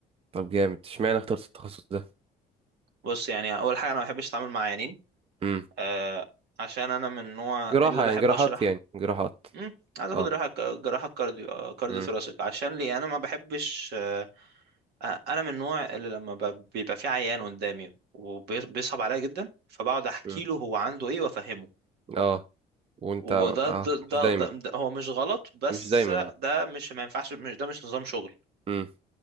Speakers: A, on the right (about 35°); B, on the right (about 75°).
A: طب جامد اشمعنى اخترت التخصص ده
B: بص يعني اول حاجه انا ما بحبش اتعامل مع عيانين
A: امم
B: آه عشان انا من النوع
A: جراحه
B: اللي بحب
A: يعني جراحات
B: اشرح
A: يعني جراحات
B: امم عايز اخد
A: اه
B: جراحه جراحه كارديو آه، كارديو
A: امم
B: ثوراسيك عشان ليه انا ما بحبش آه آه، انا من النوع اللي لما ب- بيبقى في عيان قدامي وبيصعب عليا جدا فبقعد احكي
A: امم
B: له هو عنده ايه وافهمه
A: اه وانت
B: وده
A: اه
B: ده, ده,
A: مش دايما
B: ده, ده هو مش غلط بس
A: مش دايما اه
B: ده مش ما ينفعش مش ده مش نظام شغل
A: امم